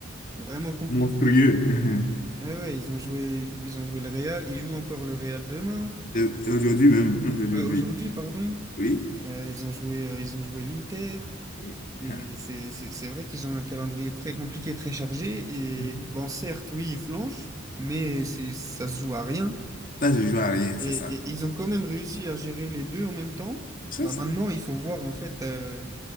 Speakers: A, on the right; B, on the left.
A: vraiment compliqué.
B: Monstrueux. <laughs>
A: Ouais, ouais, ils ont joué, ils ont joué le Real, ils jouent encore le Real demain,
B: Euh, Aujourd'hui même, <laughs> aujourd'hui.
A: euh, aujourd'hui, pardon.
B: Oui.
A: Euh, ils ont joué, euh, ils ont joué l'Inter.
B: Oui.
A: Et
B: <laughs> Ah.
A: c'est c'est- c'est vrai qu'ils ont un calendrier très compliqué, très chargé.
B: Mhm.
A: Et bon, certes, oui, ils flanchent, mais c'est, ça se joue à rien.
B: Ça, je joue à rien,
A: Et,
B: c'est ça.
A: et ils ont quand même réussi à gérer les deux en même temps.
B: C'est
A: Bah,
B: ça.
A: maintenant, il faut voir en fait, euh,